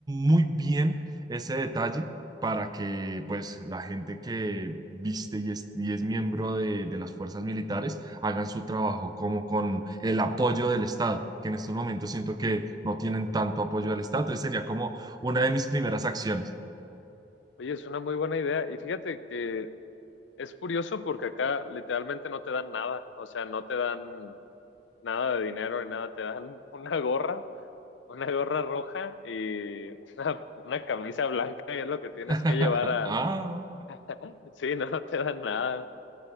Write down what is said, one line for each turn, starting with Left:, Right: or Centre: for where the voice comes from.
Right: muy bien ese detalle para que pues la gente que viste y es, y es miembro de, de las fuerzas militares hagan su trabajo como con el apoyo del Estado, que en estos momentos siento que no tienen tanto apoyo del Estado. Entonces, sería como una de mis primeras acciones.
Left: Oye, es una muy buena idea y fíjate que es curioso porque acá literalmente no te dan nada, o sea, no te dan nada de dinero ni nada, te dan una gorra, una gorra roja y una, una camisa blanca y es lo que tienes
Right: <laughs>
Left: que llevar al...
Right: Ah,
Left: <laughs> Sí, no, no te dan nada.